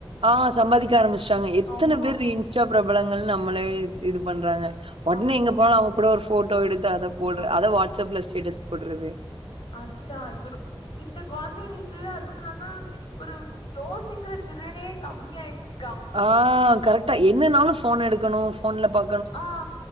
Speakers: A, on the right (about 80°); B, on the left (about 65°).
A: ஆ சம்பாதிக்க ஆரம்பிச்ட்டாங்க எத்தன
B: ஆமா
A: பேரு ரீ இன்ஸ்டா பிரபலங்கள்னு நம்மளே இது பண்றாங்க ஒடனே
B: ஆமா
A: எங்க போலா அவ கூட ஒரு ஃபோட்டோ எடுத்து அத போடு
B: ஆம்
A: அத வாட்ஸ்அப்ல ஸ்டேட்டஸ் போட்றது
B: அதுதா இப்பரு இந்த கொழந்தைகளுக் க்கு அதுவு இல்லாம ஒரு யோசிக்கற திறனே கம்மி ஆயிருச்சு
A: ஆ கரெக்ட்டா என்னனாலு ஃபோன் எடுக்கணு ஃபோன்ல பா
B: ஆ